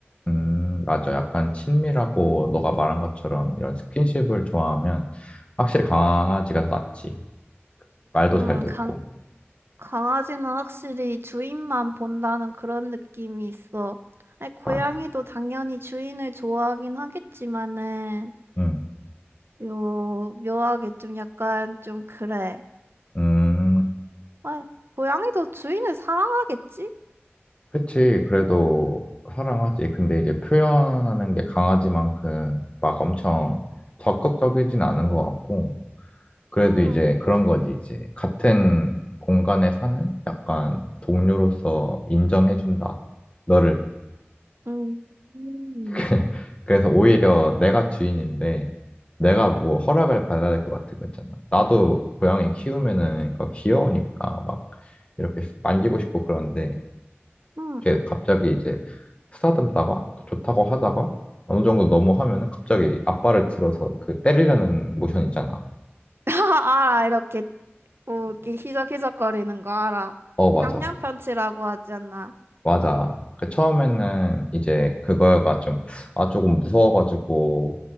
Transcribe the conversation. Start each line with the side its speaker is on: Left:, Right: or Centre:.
Left: 음, 맞아. 약간 친밀하고 너가 말한 것처럼 이런 스킨십을 좋아하면 확실히 강아지가 더 낫지. 말도
Right: 음,
Left: 잘 듣고.
Right: 강, 강아지는 확실히 주인만 본다는 그런 느낌이 있어. 아니, 고양이도
Left: 맞아.
Right: 당연히 주인을 좋아하긴 하겠지만은,
Left: 응,
Right: 요, 묘하게 좀 약간 좀 그래.
Left: 음,
Right: 아, 고양이도 주인을 사랑하겠지?
Left: 그치. 그래도 사랑하지. 근데 이제 표현하는 게 강아지만큼 막 엄청 적극적이진 않은 것 같고. 그래도
Right: 응,
Left: 이제 그런 거지, 이제. 같은 공간에 사는 약간 동료로서 인정해준다. 너를.
Right: 응 응
Left: <laughs> 그래서 오히려 내가 주인인데, 내가 뭐 허락을 받아야 될 것 같은 거 있잖아. 나도 고양이 키우면은, 그러니까 귀여우니까 막 이렇게 만지고 싶고 그런데,
Right: 응.
Left: 이렇게 갑자기 이제 쓰다듬다가 또 좋다고 하다가 어느 정도 넘어하면은 갑자기 앞발을 들어서 그 때리려는 모션 있잖아.
Right: <laughs> 알아, 이렇게, 뭐, 이렇게 희적희적거리는 거 알아.
Left: 어, 맞아.
Right: 양양편치라고 하지 않나?
Left: 맞아. 그 처음에는 이제 그거가 좀, 아, 조금 무서워가지고,